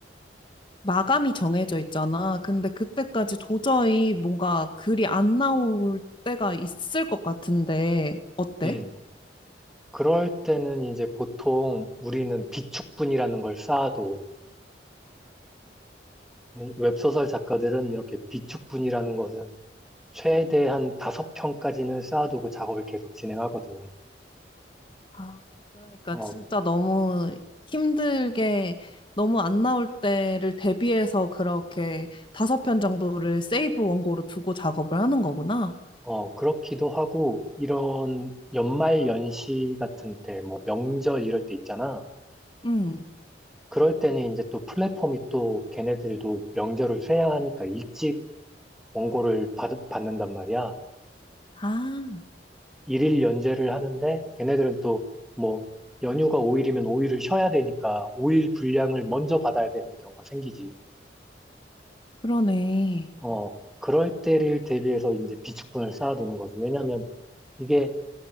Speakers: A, on the left (about 30°); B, in the centre.
A: 마감이 정해져 있잖아. 근데 그때까지 도저히 뭔가 글이 안 나올 때가 있을 것 같은데 어때?
B: 음. 그럴 때는 이제 보통 우리는 비축분이라는 걸 쌓아도 웹소설 작가들은 이렇게 비축분이라는 것은 최대한 다섯 평까지는 쌓아두고 작업을 계속 진행하거든.
A: 아, 그러니까
B: 어,
A: 진짜 너무 힘들게 너무 안 나올 때를 대비해서 그렇게 다섯 편 정도를 세이브 원고로 두고 작업을 하는 거구나.
B: 어, 그렇기도 하고, 이런 연말 연시 같은 때, 뭐 명절 이럴 때 있잖아.
A: 응.
B: 그럴 때는 이제 또 플랫폼이 또 걔네들도 명절을 쇠야 하니까 일찍 원고를 받, 받는단 말이야.
A: 아,
B: 일일 연재를 하는데 걔네들은 또 뭐 연휴가 5일이면 5일을 쉬어야 되니까 5일 분량을 먼저 받아야 되는 경우가 생기지.
A: 그러네.
B: 어, 그럴 때를 대비해서 이제 비축분을 쌓아두는 거지. 왜냐면 이게